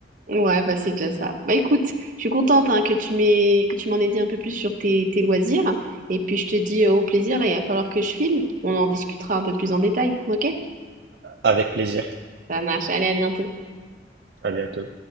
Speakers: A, on the right (about 50°); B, on the right (about 65°).
A: Ouais, bah c'est déjà ça. Bah écoute, je suis contente hein, que tu m'aies que tu m'en aies dit un peu plus sur tes, tes loisirs. Et puis je te dis euh, au plaisir, là, il va falloir que je file. On en discutera un peu plus en détail, ok?
B: Avec plaisir.
A: Ça marche, allez, à bientôt.
B: À bientôt.